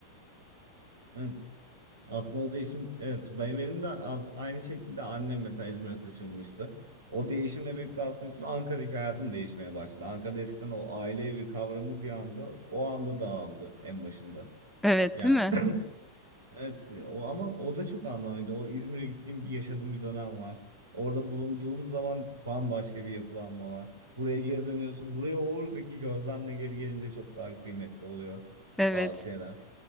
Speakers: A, on the right; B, in the centre.
A: Evet. Aslında o değişim evet benim benim de a- aynı şekilde annem mesela İzmir'e taşınmıştı. O değişimle birlikte aslında bütün Ankara'daki hayatım değişmeye başladı. Ankara'da eskiden o aile evi kavramı bir anda o anda dağıldı en başında.
B: <laughs> evet
A: Yani
B: değil mi
A: <clears throat> evet o ama o da çok anlamlıydı. O İzmir'e gittiğim bir yaşadığım bir dönem var. Orada bulunduğum zaman bambaşka bir yapılanma var. Buraya geri dönüyorsun. Buraya oradaki gözlemle geri gelince çok daha kıymetli oluyor
B: evet
A: bazı şeyler.